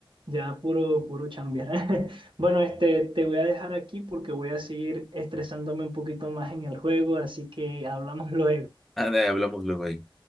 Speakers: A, on the right (about 70°); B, in the centre.
A: ya puro, puro chambear. <laughs> Bueno, este, te voy a dejar aquí porque voy a seguir estresándome un poquito más en el juego, así que hablamos <laughs> luego.
B: Anda, hablamos luego ahí.